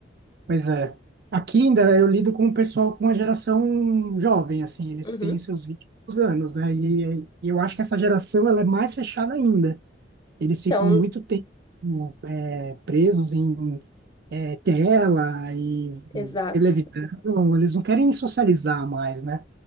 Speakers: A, on the right; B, on the left.
A: pois é. Aqui ainda eu lido com o pessoal com a geração jovem, assim, eles
B: Uhum.
A: têm os seus 20 e poucos anos, né? E, e eu acho que essa geração ela é mais fechada ainda. Eles ficam
B: Então,
A: muito tempo é, presos em é, tela e
B: exato.
A: televisão. Eles não querem socializar mais, né?